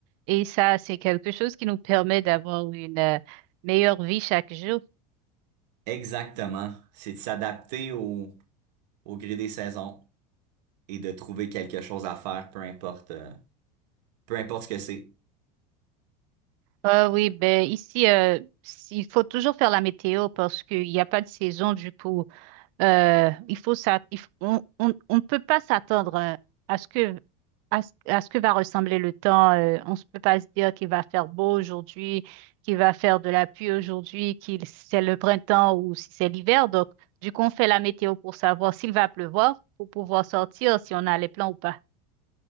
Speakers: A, on the right (about 55°); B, on the right (about 80°).
A: Et ça, c'est quelque chose qui nous permet d'avoir une euh, meilleure vie chaque jour.
B: Exactement. C'est de s'adapter au, au gré des saisons et de trouver quelque chose à faire, peu importe, euh, peu importe ce que c'est.
A: Ah oui, ben ici, euh, s- il faut toujours faire la météo parce qu'il n'y a pas de saison. Du coup, Euh, il faut ça, il f- on, on, on ne peut pas s'attendre euh, à ce que à ce, à ce que va ressembler le temps. euh, on ne peut pas se dire qu'il va faire beau aujourd'hui, qu'il va faire de la pluie aujourd'hui, qu'il si c'est le printemps ou si c'est l'hiver. Donc, du coup, on fait la météo pour savoir s'il va pleuvoir, pour pouvoir sortir, si on a les plans ou pas.